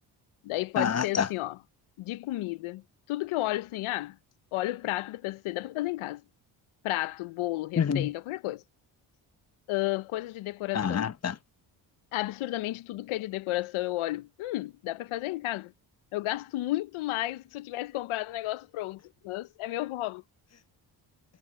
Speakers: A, on the left (about 75°); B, on the left (about 30°).
A: Daí pode
B: Ah,
A: ser assim,
B: tá.
A: ó, de comida. Tudo que eu olho assim, ah, olho o prato da pessoa, dá pra fazer em casa. Prato, bolo, receita,
B: Uhum.
A: qualquer coisa. Ah, coisas de decoração.
B: Ah, tá.
A: Absurdamente tudo que é de decoração eu olho. Hum, dá pra fazer em casa. Eu gasto muito mais do que se eu tivesse comprado um negócio pronto. Mas é meu hobby.